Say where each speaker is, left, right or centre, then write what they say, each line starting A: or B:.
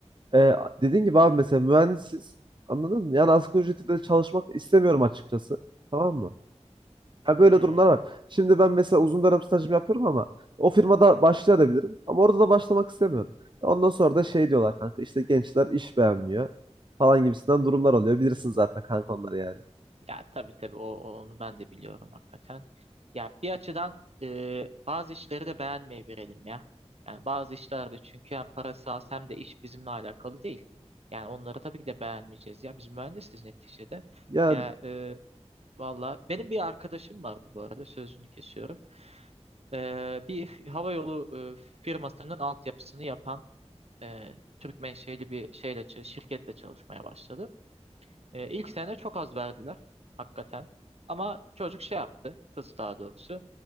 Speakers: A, on the right; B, on the right.
A: ee, dediğin gibi abi mesela mühendisiz anladın mı? Yani asgari ücretle de çalışmak
B: hı hı.
A: istemiyorum açıkçası. Tamam mı? Ya böyle
B: Hmm.
A: durumlar var. Şimdi ben mesela uzun dönem stajımı yapıyorum ama o firmada başlayabilirim. Ama orada da başlamak istemiyorum. Ya Ondan sonra da şey diyorlar kanka işte gençler iş beğenmiyor falan gibisinden durumlar oluyor. Bilirsin zaten kanka onları yani.
B: Ya tabii tabii o, o- onu ben de biliyorum hakikaten. Ya bir açıdan e, bazı işleri de beğenmeyebilirim ya. Yani bazı işlerde çünkü hem parası az hem de iş bizimle alakalı değil. Yani onları tabii ki de beğenmeyeceğiz ya. Biz mühendisiz neticede.
A: Ya
B: Ya e, valla benim bir arkadaşım vardı bu arada sözünü kesiyorum. E, bir f- havayolu e, firmasının altyapısını yapan e, Türk menşeli bir şeyle ç- şirketle çalışmaya başladı. E, ilk sene çok az verdiler hakikaten. Ama çocuk şey yaptı, kız daha doğrusu.